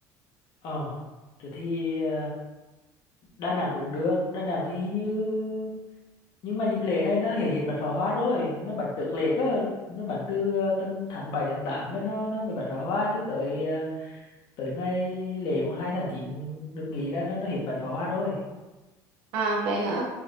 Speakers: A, on the left; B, on the right.
A: ờ rồi thì ờ, Đà Nẵng cũng được Đà Nẵng thì như nhưng mà dịp lễ này nó hết hết bắn pháo hoa rồi nó bắn trước lễ cơ nó bắn từ ờ, tầm tháng 7 tháng 8 mới nó nó mới bắn pháo hoa chứ tới ờ, tới ngày lễ mùng 2 tháng 9 được nghỉ là nó, nó hết bắn pháo hoa rồi
B: À vậy hả?